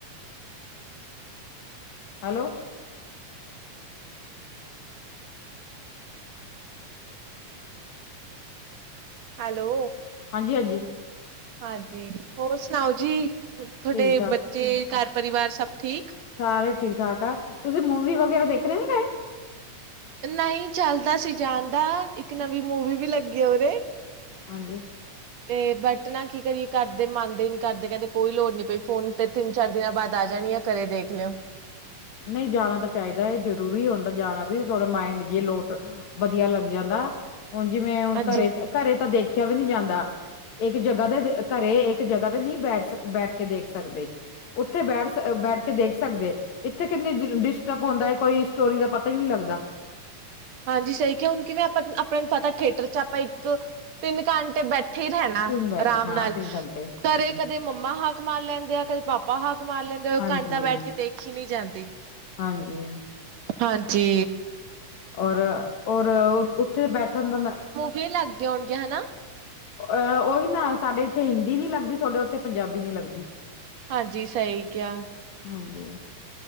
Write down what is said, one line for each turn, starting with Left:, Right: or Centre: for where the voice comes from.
Left: ਹੈਲੋ,
Right: ਹੈਲੋ,
Left: ਹਾਂਜੀ-ਹਾਂਜੀ।
Right: ਹਾਂਜੀ। ਹੋਰ ਸੁਣਾਓ ਜੀ, ਥੋਡੇ
Left: ਠੀਕ ਠਾਕ
Right: ਬੱਚੇ ਘਰ ਪਰਿਵਾਰ ਸਭ ਠੀਕ?
Left: ਸਾਰੇ ਠੀਕ ਠਾਕ ਆ। ਤੁਸੀਂ ਮੂਵੀ ਵਗੈਰਾ ਦੇਖਰ ਨੀ ਗਏ?
Right: ਨਈ ਚੱਲਦਾ ਸੀ ਜਾਣ ਦਾ, ਇੱਕ ਨਵੀਂ ਮੂਵੀ ਵੀ ਲੱਗੀ ਆ ਉਰੇ।
Left: ਹਾਂਜੀ।
Right: <inaudible> 'ਤੇ ਬਟ ਨਾ ਕੀ ਕਰੀਏ ਕਰਦੇ ਮੰਨਦੇ ਈ ਨੀ ਘਰਦੇ ਕਹਿੰਦੇ ਕੋਈ ਲੋੜ ਨੀ ਪਈ ਫੋਨ 'ਤੇ ਤਿੰਨ- ਚਾਰ ਦਿਨਾਂ ਬਾਅਦ ਆ ਜਾਣੀ ਆ। ਘਰੇ ਦੇਖ ਲੇਓ।
Left: ਨਈ ਜਾਣਾ ਤਾਂ ਚਾਈਦਾ ਐ ਜ਼ਰੂਰੀ ਹੁੰਦਾ ਜਾਣਾ ਵੀ ਥੋਰਾ ਮਾਈੰਡ ਜੇ ਲੋਟ ਵਧੀਆ ਲੱਗ ਜਾਂਦਾ। ਹੁਣ ਜਿਵੇਂ ਹੁਣ
Right: ਹਾਂਜੀ
Left: ਘਰੇ, ਘਰੇ ਤਾਂ ਦੇਖਿਆ ਵੀ ਨੀ ਜਾਂਦਾ। ਇੱਕ ਜਗ੍ਹਾ ਦੇ ਘਰੇ ਇੱਕ ਜਗ੍ਹਾ 'ਤੇ ਨਈ ਬੈਠ ਸਕ ਬੈਠ ਕੇ ਦੇਖ ਸਕਦੇ। ਉੱਥੇ ਬੈਠ ਸ ਬੈਠ ਕੇ ਦੇਖ ਸਕਦੇ। ਇੱਥੇ ਕਿੰਨੀ ਡਿਸਟਰਬ ਹੁੰਦਾ ਐ ਕੋਈ ਸਟੋਰੀ ਦਾ ਪਤਾ ਈ ਨੀ ਲੱਗਦਾ।
Right: ਹਾਂਜੀ। ਸਈ ਕਿਹਾ ਹੁਣ ਕਿਵੇਂ ਆਪਾਂ ਆਪਣੇ ਨੂੰ ਪਤਾ ਥੀਏਟਰ 'ਚ ਆਪਾਂ ਇੱਕ ਤਿੰਨ ਘੰਟੇ ਬੈ ਠੇ ਰਹਿਣਾ
Left: ਤਿੰਨ ਬੈਠੇ
Right: ਆਰਾਮ
Left: ਹਾਂ
Right: ਨਾਲ।
Left: ਤਿੰਨ ਘੰਟੇ
Right: ਘਰੇ ਕਦੇ ਮੰਮਾ ਹਾੱਕ ਮਾਰ ਲੈਂਦੇ ਆ ਕਦੇ ਪਾਪਾ ਹਾੱਕ ਮਾਰ ਲੈਂਦੇ ਆ ਉਹ
Left: ਹਾਂਜੀ
Right: ਘੰਟਾ ਬੈਠ ਕੇ ਦੇ ਖੀ ਨੀ ਜਾਂਦੀ।
Left: ਹਾਂਜੀ।
Right: ਹਾਂਜੀ।
Left: ਔਰ, ਔਰ ਉੱਥੇ ਬੈਠਣ ਦਾ ਨਾ
Right: ਵੇ ਲੱਗਦੀਆਂ ਹੋਣਗੀਆਂ। ਹਨਾ।
Left: ਅਹ ਉਹੀ ਨਾ ਸਾਡੇ ਇੱਥੇ ਹਿੰਦੀ ਨੀ ਲੱਗਦੀ ਥੋਡੇ ਉੱਥੇ ਪੰਜਾਬੀ ਨੀ ਲੱਗਦੀ।
Right: ਹਾਂਜੀ। ਸਈ ਕਿਹਾ।
Left: ਹਾਂਜੀ।